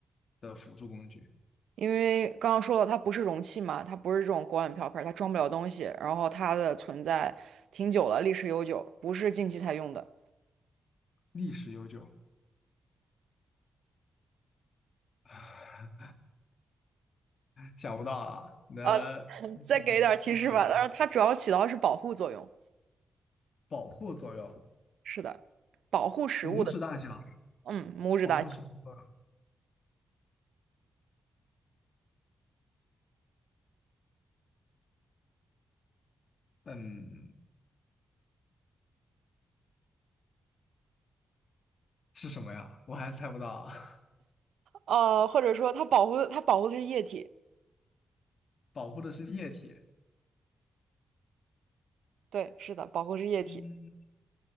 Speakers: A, on the left (about 60°); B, on the right (about 80°).
A: 的辅助工具？
B: 因为刚刚说了，它不是容器嘛，它不是这种锅碗瓢盆，它装不了东西，然后它的存在挺久了，历史悠久，不是近期才用的。
A: 历史悠久，<sighs> 想不到了，能直接揭秘吗？
B: 呃，<laughs> 再给一点儿提示吧。但是它主要起到的是保护作用，
A: 保护作用，
B: 是的，保护食物的，
A: 拇指大小，
B: 嗯，拇指大小。
A: 保护什么作用？嗯，是什么呀？我还是猜不到啊。<laughs>
B: 呃，或者说它保护的，它保护的是液体，
A: 保护的是液体。
B: 对，是的，保护是液体。
A: 嗯